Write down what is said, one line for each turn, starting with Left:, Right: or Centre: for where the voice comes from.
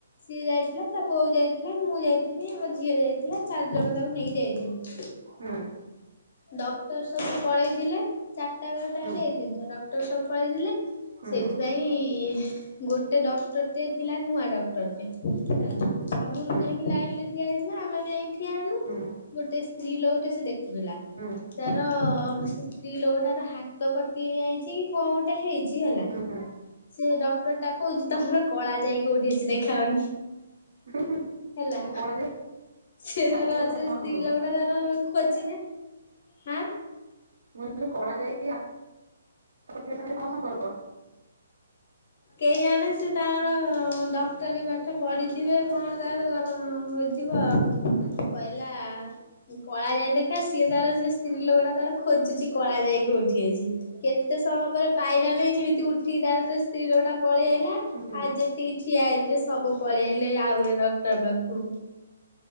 Left: ସିଏ ଯାଇଥିଲା ତା ବୋଉ ଯାଇଥିଲା ମୁଁ ଯାଇଥିଲି ଆମ ଝିଅ ଯାଇଥିଲା ଚାରି ଜଣ ତାକୁ ନେଇକି ଯାଇଥିଲୁ।
Right: ହୁଁ
Left: ଡକ୍ଟର ସବୁ ପଳେଇଥିଲେ ଚାରଟାବେଳ ଟାଇମରେ
Right: ହୁଁ
Left: ଏଇ ଜିନିଷ ଡକ୍ଟର ସବୁ ପଳେଇଥିଲେ
Right: ହୁଁ ହୁଁ
Left: ସେଇଥିପାଇଁ। ଗୋଟେ ଡକ୍ଟରଟେ ଥିଲା ନୂଆ ଡକ୍ଟରଟ ହେଲା ସବୁ
Right: ହୁଁ
Left: ଯାଇକି ଲାଇନରେ ଠିଆ ହେଇଥିଲା ଆମେ ବି ଯାଇକି ଠିଆ ହେଲୁ
Right: ହୁଁ
Left: ଗୋଟେ ସ୍ତ୍ରୀ ଲୋକଟେ ସେ ଦେଖୁଥିଲା।
Right: ହୁଁ
Left: ତାର ସ୍ତ୍ରୀ ଲୋକଟାର ହାତ କଟି ହେଇ ଯାଇଛି କଣ ଗୋଟେ ହେଇଛି ହେଲା।
Right: ହୁଁ ହୁଁ।
Left: ସେ ଡକ୍ଟରଟା କହୁଛି ତମର କଳାଜାଇ କୋଉଠି ଅଛି ଦେଖାଅନି।
Right: ହୁଁ
Left: ହେଲା
Right: କଳା
Left: ସେ
Right: ହାତ
Left: ଧର
Right: କଟିବା ସାଙ୍ଗରେ
Left: ସେ
Right: କଣ
Left: ସ୍ତ୍ରୀ
Right: ସମ୍ପର୍କ?
Left: ଲୋକଟା ଧର ଖୋଜିଲେ। ହାଁ।
Right: ମୁଁ କହିଲି କଳାଜାଇ <inaudible> ସାଙ୍ଗରେ କଣ ସମ୍ପର୍କ?
Left: କେଜାଣି ସେ ତାଙ୍କ ଡକ୍ଟରୀ ପାଠ ପଢିଥିବେ କଣ ତାଙ୍କ ହୋଇଥିବ
Right: ହୁଁ
Left: କହିଲା। କଳାଜାଇ ଦେଖା ସିଏ ତାର ସେ ସ୍ତ୍ରୀ ଲୋକଟା ତାର ଖୋଜୁଛି କଳାଜାଇ କୋଉଠି ଅଛି? କେତେ ସମୟ ପରେ ପାଇଲା ନାହିଁ ଯେମିତି ଉଠିକି ତାର ସ୍ତ୍ରୀ ଲୋକଟା ପଳେଇଆଇଲା।
Right: ହୁଁ
Left: ଆଉ ଯେତିକି ଠିଆ ହେଇଥିଲେ ସବୁ ପଳେଇ ଆଇଲେ ଆଉ ଗୋଟେ ଡକ୍ଟର ପାଖକୁ।